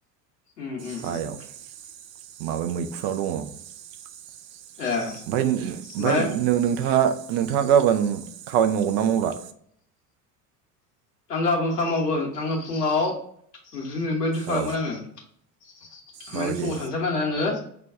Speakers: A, on the left (about 70°); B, on the right (about 40°).
A: उम उम
B: सायाव
A: उम उम
B: माबा मैखुआव दङ ओमफ्राय
A: ए
B: ओमफ्राय
A: ओमफाय
B: नों-नोंथाङा नोंथाङा गाबोन खामानि मावगोन ना मावला?
A: आं गाबोन खालाम मावगोन आङो फुङाव दिनैनि बायदि खालामगोन
B: औ
A: आङो <inaudible>
B: माबायदि
A: माने फुङाव थांथारनांगोन आङो